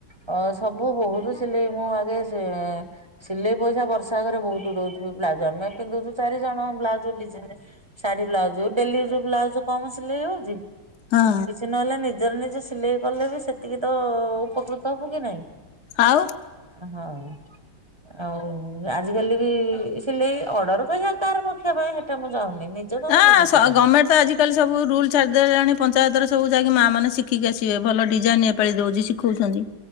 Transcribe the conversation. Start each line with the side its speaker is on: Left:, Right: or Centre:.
Right: ଅ ସବୁ ବୋହୁତୁ ସିଲେଇ ମୁଁ ମାରି ଆସେ। ଏଏଁ ସିଲେଇ ପଇସା ବର୍ଷା ଘରେ ବୋହୁତୁ ଦୋଉଥିବି। ବ୍ଲାଉଜ୍ ଆମେ ପିନ୍ଧୁଚୁ ଚାରି ଜଣ ବ୍ଲାଉଜ଼ ଡିଜାଇନ୍ ଶାରୀ, ବ୍ଲାଉଜୁ ଡେଲି ଯୋଉ ବ୍ଲାଉଜୁ କମ ସିଲେଇ ହୋଉଚି
Left: ହଁ
Right: କିଛି ନହେଲେ ନି ନିଜର ନିଜେ ସିଲେଇ କଲେ ବି ସେତିକି ତ ଅ ଅ ଉପକୃତ ହବୁ କି ନାଇଁ।
Left: ଆଉ।
Right: ଆ ହଁଅଁ ଉମ୍, ଆଁ ଆଉ ଉ ଆଜିକାଲି ବି ଇ ସିଲେଇ ଅଡର ପେଇଁହା କାହାର ରଖିଆ ପାଇଁ ହେଟା ମୁଁ ଚାହୁଁନି। ନିଜ କାମ
Left: ଆଁ
Right: ନିଜେ
Left: ସ
Right: ଶିଖନ୍ତି।
Left: ଗମେଣ୍ଟ ତ ଆଜିକାଲି ସବୁ ରୁଲ୍ ଛାଡି ଦେଲାଣି ପଞ୍ଚାୟତରେ ସବୁ ଯାଇକି ମା ମାନେ ଶି ଖିକି ଆସିବେ। ଭଲ ଡିଜାଇନ୍ ଏପାଳି ଦୋଉଚି ଶିଖୋଉଛନ୍ତି।